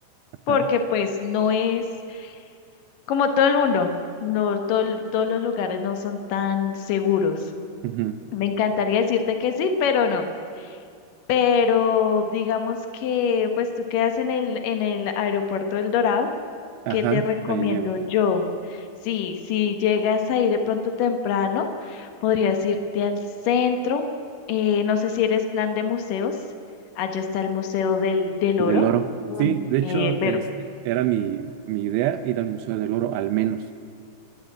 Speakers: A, on the right; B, on the left.
A: Ajá.
B: porque pues no es como todo el mundo. No, todo- todos los lugares no son tan seguros.
A: Ujú.
B: Me encantaría decirte que sí, pero no. Pero digamos que pues tú quedas en el, en el aeropuerto del Dorado,
A: Ajá,
B: ¿qué te recomiendo
A: ahí llego.
B: yo? Sí, si llegas ahí de pronto temprano, podrías irte al centro. eh, no sé si eres plan de museos. Allá está el Museo del, del
A: Del
B: Oro.
A: oro.
B: un-
A: Sí, de hecho,
B: eh, pero
A: es- era mi, mi idea ir al Museo del Oro al menos.